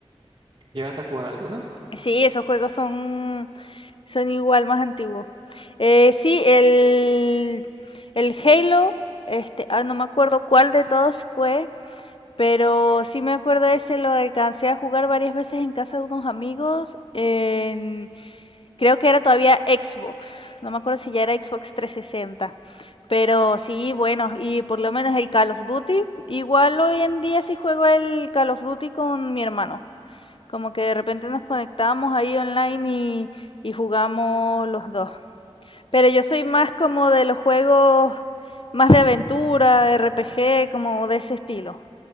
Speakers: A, on the right (about 45°); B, on the left (about 55°).
A: ¿Llegas a jugar alguno?
B: Sí, esos juegos son Son igual, más antiguos. Eh, sí, el, el Halo, este, ah, no me acuerdo cuál de todos fue, pero sí me acuerdo ese, lo alcancé a jugar varias veces en casa de unos amigos, en- creo que era todavía Xbox, no me acuerdo si ya era Xbox trescientos sesenta pero sí, bueno, y por lo menos el Call of Duty, igual hoy en día sí juego el Call of Duty con mi hermano, como que de repente nos conectamos ahí online y, y jugamos los dos. Pero yo soy más como de los juegos más de aventura, RPG, como de ese estilo.